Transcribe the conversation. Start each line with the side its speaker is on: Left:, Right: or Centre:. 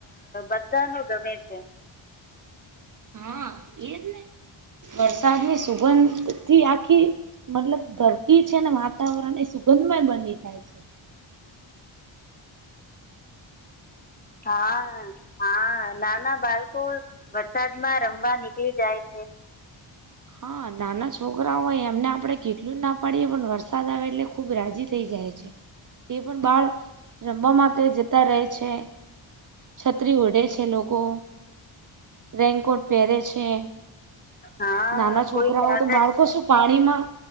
Left: અ બધા ન ગમે છે.
Right: હા એજ ને વરસાદ ની સુગંધ થી આખી. મતલબ ધરતી છે ને વાતાવરણ એ સુગંધમય બની જાય છે.
Left: હા હા નાના બાળકો. વરસાદમાં રમવા નીકળી જાય છે.
Right: હા નાના છોકરા હોય એમને આપડે કેટલું જ ના પાડીએ પણ વરસાદ આવે એટલે ખુબ રાજી થઇ જાય છે. એ પણ બાળ રમવા માટે જતા રહે છે. છત્રી ઉઢે છે લોકો રેનકોટ પહેરે છે.
Left: હા
Right: નાના છોકરાઓ
Left: કોઈ કાગળ
Right: તો બાળકો શું પાણીમાં.